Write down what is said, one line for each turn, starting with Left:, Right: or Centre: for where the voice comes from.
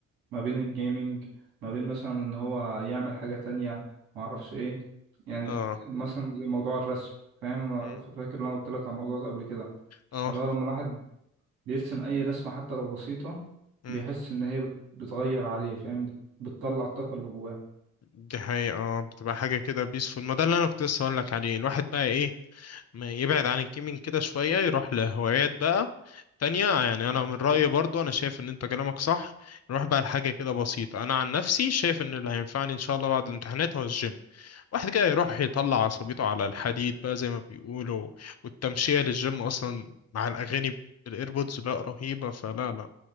Right: ما بين الجيمنج ما بين مثلا ان هو يعمل حاجة تانية ما اعرفش ايه يعني
Left: اه
Right: مثلا زي موضوع الرسم فاهم انا
Left: مم.
Right: فاكر إن انا قلت لك على الموضوع ده قبل كده
Left: اه
Right: اللي هو لما الواحد بيرسم اي رسمة حتى لو بسيطة
Left: مم.
Right: بيحس ان هي بت- بتغير عليه فاهم بت- بتطلع الطاقة اللي جواه
Left: دي حقيقة اه بتبقى حاجة كده بيسفول ما ده اللي انا كنت لسه هقولك عليه الواحد بقى ايه ما يبعد عن الجيمنج كده شوية يروح لهوايات بقى تانية يعني أنا من رأيي برضو أنا شايف إن أنت كلامك صح نروح بقى لحاجة كده بسيطة أنا عن نفسي شايف إن اللي هينفعني إن شاء الله بعد الامتحانات هو الجيم واحد كده يروح يطلع عصبيته على الحديد بقى زي ما بيقولوا والتمشية للجيم أصلا مع الأغاني بالإيربودز لا رهيبة فلا لا